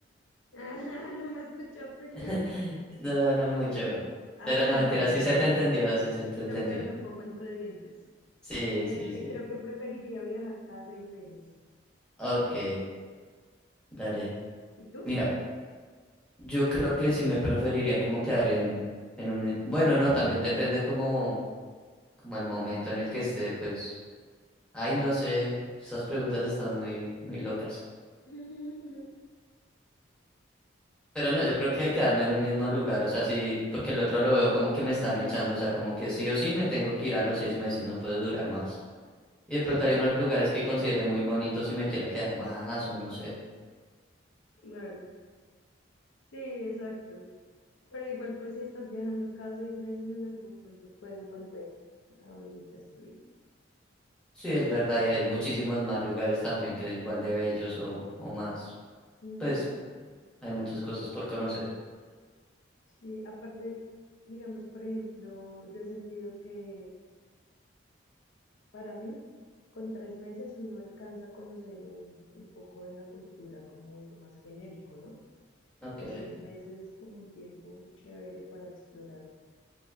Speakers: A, on the left; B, in the centre.
A: Ah, <laughs> no me escuchaste, güey.
B: <laughs> no, no mucho.
A: Ah,
B: Pero no, mentira,
A: ya,
B: sí
A: ok.
B: se te entendió, sí se te entendió.
A: Creo que hablé un poco entre dientes.
B: Sí,
A: Eh,
B: sí, sí.
A: creo que preferiría viajar cada seis meses.
B: Ok, dale.
A: ¿Y tú?
B: Mira, yo creo que sí me preferiría como quedar en, en un... mi- Bueno, no, también depende como, como el momento en el que esté, pues... Ay, no sé, esas preguntas están muy, muy locas.
A: <laughs>
B: Pero no, yo creo que quedarme en un mismo lugar, o sea, sí, porque el otro lo veo como que me están echando, o sea, como que sí o sí me tengo que ir a los seis meses, no puede durar más. Y de pronto
A: Sí,
B: hay unos lugares que considere muy bonitos y me quiera quedar más o no sé.
A: claro. Sí, exacto. Pero igual, pues si estás viajando cada seis meses, en algún punto puedes volver a donde ya estuviste.
B: Sí, es verdad, y hay muchísimos más lugares también que igual de bellos o, o más.
A: Ujú.
B: Pues hay muchas cosas por conocer.
A: Sí, aparte, digamos, por ejemplo, yo he sentido que para mí, con tres meses uno alcanza a conocer un, un poco de la cultura como lo más genérico, ¿no?
B: Ok,
A: Pues seis meses es como un tiempo chévere para explorar.